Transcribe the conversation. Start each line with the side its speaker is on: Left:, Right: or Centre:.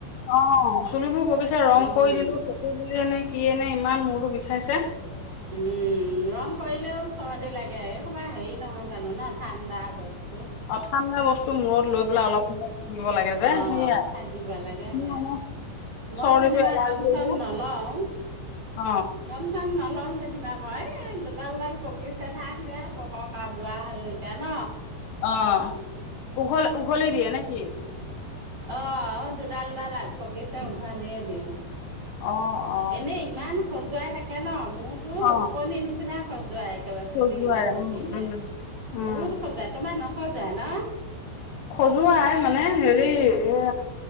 Left: অ চুলিবোৰ বগিচা ৰং
Right: উম
Left: কৰি দিলো চকু দিলে এনেক। সেনে ইমান মূৰটো বিষাইছে।
Right: উম ৰং কৰিলেও চৰ্দি লাগে। কবা হেৰি নহয় জানো ন ঠাণ্ডা বস্তু।
Left: অঠানডা বস্তু মূৰত লৈ পেলাই অলপ সময়। লাগে যে
Right: আহ
Left: সেয়াই
Right: থাকাকিব লাগে আহে।
Left: মোৰ মানে
Right: মই
Left: চৰ্দিটো
Right: যেনিবা
Left: এলাৰ্জি
Right: ৰং চং
Left: যে
Right: নলও
Left: অ
Right: ৰং চং নলও। লম যেনিবা মই এই দুডালডাল পকিছে থাক যে পকাকা বুৰা হলো এতিয়া ন।
Left: অ উঘল উঘলি
Right: অ
Left: দিয়ে নেকি?
Right: অ দুডালডাল পকিছে উঘালিয়ে দিওঁ।
Left: অ অ
Right: এনে ইমান খজুৱাই থাকে ন মোৰতো
Left: অ
Right: ওকনি নিচিনা খযোৱাই। একেবাৰে
Left: খজুৱাই
Right: চুলি কেইডাল পকিলে
Left: উম উম উম
Right: বহুত খোজুৱাই তোমাৰ নখযোৱাই ন।
Left: খজুৱাই মানে হেৰি এ